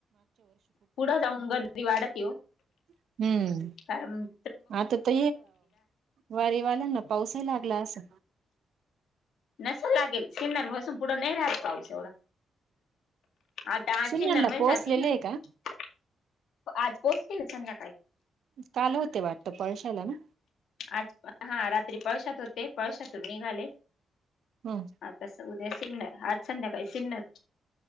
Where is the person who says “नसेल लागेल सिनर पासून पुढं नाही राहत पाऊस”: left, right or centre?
Left